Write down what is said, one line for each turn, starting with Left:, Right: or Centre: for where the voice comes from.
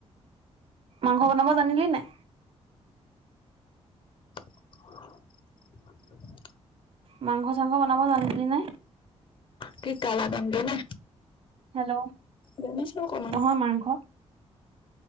Right: মাংস বনাব জানিলী নাই?
Left: <unintelligible>
Right: মাংস চাংস বনাব জানিলি নে?
Left: কি কালা কন টো নে?
Right: হেল্ল'।
Left: জানিছো অকমান
Right: নহয় মাংস।